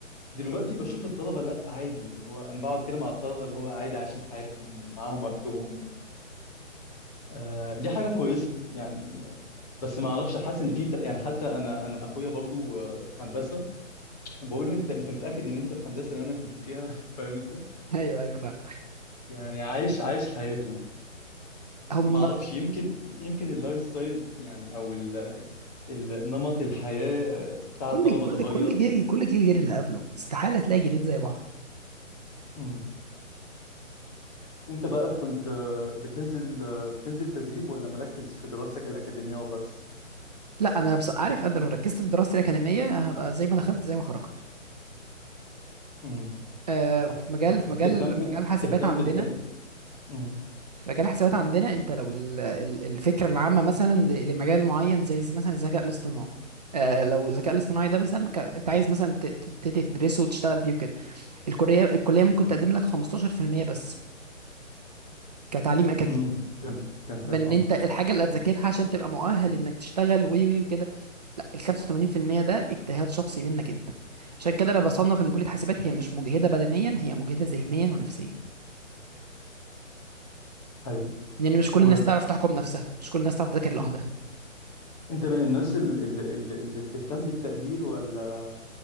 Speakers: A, on the left (about 30°); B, on the right (about 30°).
A: دلوقتي بشوف الطلبة لا عادي اللي هو انا بقعد كده مع الطلبة اللي هو عادي عايشين حياتهم ومعاهم وقتهم آه، دي حاجة كويسة يعني بس ما اعرفش حاسس ان في ت- يعني حتى انا انا اخويا برضو آه، في هندسه بقول له انت انت متاكد ان انت في هندسه اللي انا كنت فيها <laughs> فاهم انت
B: ايوه ايوه فعلا
A: يعني عايش عايش حياته
B: هم
A: ما اعرفش يمكن يمكن اللايف ستايل يعني او ال- ال- نمط الحياه آه، بتاع
B: كل
A: الطلبه
B: كل
A: اتغير
B: كل جيل كل جيل غير اللي قبله استحاله تلاقي جيلين زي بعض
A: مم. انت بقى كنت آه، بتنزل آه، بتنزل تدريب ولا مركز في دراستك الاكاديميه وبس
B: لا انا بس عارف انا لو ركزت في دراستي الاكاديميه هبقى زي ما دخلت زي ما خرجت
A: امم
B: آه،
A: صح
B: في مجال
A: بس
B: في
A: بتهتم
B: مجال
A: ب...
B: مجال حاسبات
A: بتهتم
B: عندنا
A: بالت... امم
B: فجراحة حسابات عندنا انت لو ال- ال- الفكرة العامة مثلا ل- لمجال معين زي مثلا الذكاء الاصطناعي آه لو الذكاء الاصطناعي ده مثلا ك... انت عايز مثلا ت- ت- تبتدي تدرسه وتشتغل فيه وكده الكلية الكلية ممكن تقدم لك 15% بس كتعليم اكاديمي
A: امم فهمت فهمتك
B: بان
A: اه
B: انت الحاجة اللي هتذاكرها عشان تبقى مؤهل انك تشتغل وي وي وكده لا ال 85% ده اجتهاد شخصي منك انت عشان كده انا بصنف ان كلية حاسبات هي مش مجهدة بدنيا هي مجهدة ذهنيا ونفسيا
A: هاي
B: لان مش كل
A: و
B: الناس تعرف تحكم نفسها مش كل الناس تعرف تذاكر لوحدها
A: مم. انت من الناس اللي, اللي بتهتم بالتقدير ولا